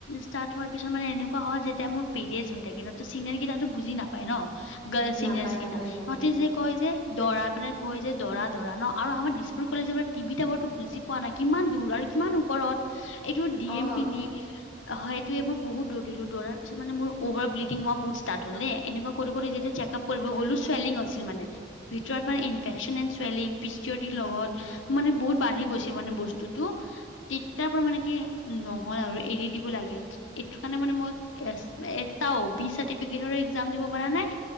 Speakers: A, on the left; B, on the left.
A: ষ্টাৰ্ট হোৱাৰ পিছত মানে এনো। কোৱা হয় যেতিয়া মোৰ পিৰিজ হৈ থাকে ন চিনিয়াৰ কেইতো বুজি নাপ। পাই ন গল চিনিয়েচ
B: নাপায়
A: গীতা
B: নাপায় সিহঁতে
A: ইহতে যে। কয় যে দৰা মানে কয় যে দৰা দৰা ন আৰু আমাৰ দিছপুৰ কলেজৰ পৰা টিভি টাবৰটো বুজি। পোৱা নাই কিমান দূৰ আৰু কিমান ওপৰত। এইটো ডি
B: অ
A: এম পিনি হয়টোয়ে মই বহুত দৌৰিলো। দৌৰাৰ পিছত মানে মোৰ অভাৰ ব্লিডিং হোৱা বহুত ষ্টাৰ্ট হ'ল দে। এনেকুৱা কৰি কৰি যেতিয়া চেকআপ কৰিব গ'লো চুৱেলিং হৈছিল মানে। ভিতৰত মানে infection and swelling P C' O D ৰ লগত। মানে বহুত বাঢ়ি গৈছে মানে বস্তুটো। তেতিয়াৰ পৰা মানে কি, নহ'ল আৰু, এৰি দিব লাগিল। এইটো কাৰণে মানে মই ইয়েছ, এট্টাও বি চাৰ্টিফিকেটৰে এক্জাম দিব পাৰা নাই